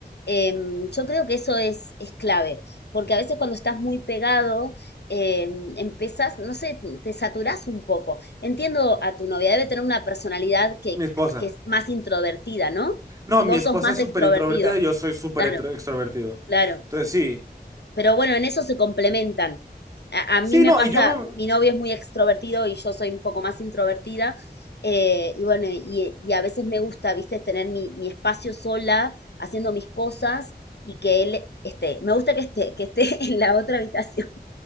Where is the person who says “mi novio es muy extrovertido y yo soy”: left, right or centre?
Left